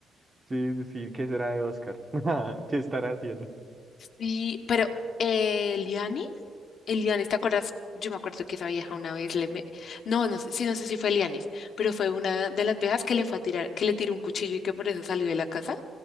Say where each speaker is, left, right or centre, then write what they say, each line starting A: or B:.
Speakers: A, on the right (about 25°); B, on the left (about 60°).
A: Sí, sí, sí, ¿qué será de Oscar? <laughs> ¿Qué estará haciendo?
B: Sí, pero eh, Eliani, Elianis, ¿te acuerdas? Yo me acuerdo que esa vieja una vez le me- No, no sé, sí, no sé si fue Elianis, pero fue una de las viejas que le fue a tirar, que le tiró un cuchillo y que por eso salió de la casa.